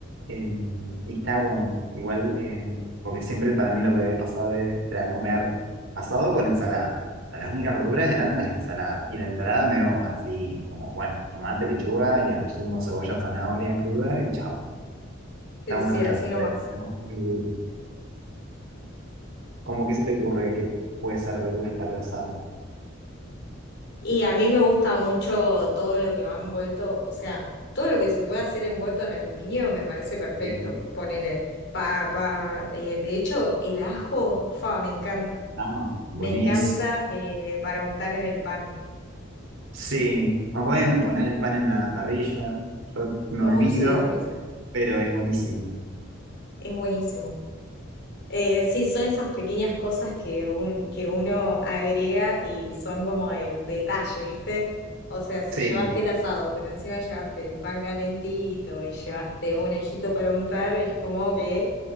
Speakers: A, on the right (about 80°); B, on the left (about 60°).
A: eh, y está bueno. Igual, eh, porque siempre para mí lo que había pasado de- era comer asado con ensalada sea, Las únicas verduras eran las ensaladas. Y la ensalada medio así, como, bueno, tomate, lechuga y a lo sumo cebolla, zanahoria cruda y chao. Está
B: Sí,
A: bueno
B: sí,
A: el
B: así
A: resto
B: nomás.
A: de las otras verduras. ¿Cómo que se te ocurre que puede ser verduras para el asado?
B: Y a mí me gusta mucho todo lo que va envuelto, o sea, todo lo que se puede hacer envuelto en aluminio me parece perfecto.
A: Bien.
B: Ponele papa, eh, de hecho, el ajo, fa, me encanta.
A: Ah, buenísimo.
B: Me encanta eh, para untar en el pan.
A: Sí. Ah, Bueno, poner el pan en la parrilla. Yo me
B: Uy,
A: olvido,
B: sí, riquísimo.
A: pero es buenísimo.
B: Es buenísimo. Eh, sí, son esas pequeñas cosas que, un- que uno agrega y son como el detalle, ¿viste? O sea, si
A: Sí.
B: llevaste el asado, pero encima llevaste el pan calentito y llevaste un ejito para untar, es como que